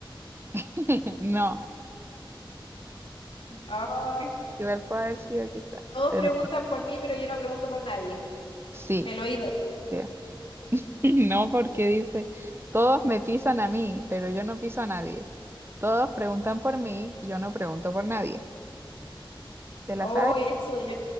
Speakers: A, on the right (about 25°); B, on the left (about 85°).
A: <laughs> No,
B: Ay,
A: igual puede haber sido quizás,
B: todos
A: pero
B: preguntan por mí, pero yo no pregunto por nadie.
A: sí,
B: El oído.
A: sí <laughs> No, porque dice, todos me pisan a mí, pero yo no piso a nadie. Todos preguntan por mí, yo no pregunto por nadie. ¿Te la
B: Oh,
A: sabes?
B: eso de yo.